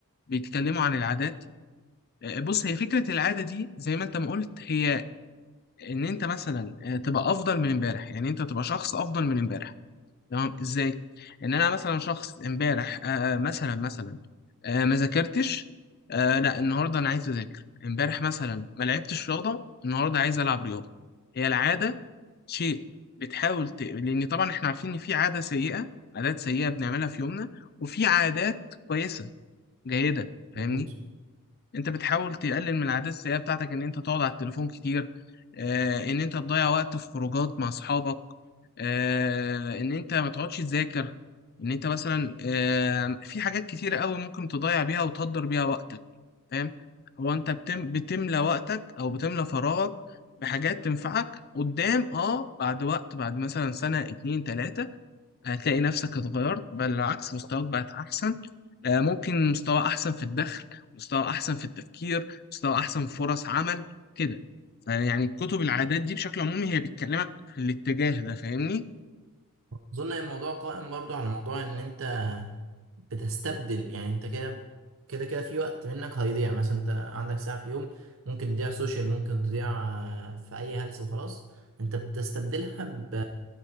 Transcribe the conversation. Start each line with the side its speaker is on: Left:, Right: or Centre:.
Left: بيتكلموا عن العادات آه، بص هي فكرة العادة دي زي ما انت ما قلت هي ان انت مثلا آه، تبقى افضل من امبارح يعني انت تبقى شخص افضل من امبارح تمام ازاي ان انا مثلا شخص امبارح آه مثلا مثلا آه ما ذاكرتش آه لا النهارده انا عايز اذاكر امبارح مثلا ما لعبتش رياضه النهارده عايز العب رياضه هي العاده شيء بتحاول ت... لان طبعا احنا عارفين ان في عاده سيئه عادات سيئه بنعملها في يومنا وفي عادات كويسه جيده فاهمني
Right: مظبوط.
Left: انت بتحاول تقلل من العادات السيئة بتاعتك ان انت تقعد على التليفون كتير آه، ان انت تضيع وقت في خروجات مع اصحابك آه، ان انت ما تقعدش تذاكر ان انت مثلا آه، في حاجات كتير قوي ممكن تضيع بيها وتهدر بيها وقتك فاهم هو انت بتم بتملى وقتك او بتملى فراغك بحاجات تنفعك قدام اه بعد وقت بعد مثلا سنة اتنين تلاتة هتلاقي نفسك اتغيرت بل العكس مستواك بقت أحسن آه، ممكن مستوى أحسن في الدخل مستوى أحسن في التفكير مستوى أحسن في فرص عمل كده يعني كتب العادات دي بشكل عمومي هي بتكلمك في الاتجاه ده فاهمني
Right: اظن إن الموضوع قائم برضو على موضوع ان انت بتستبدل يعني انت كده كده كده في وقت منك هيضيع مثلا انت عندك ساعة في يوم ممكن تضيع سوشيال ممكن تضيع آه، في اي هلس وخلاص انت بتستبدلها ب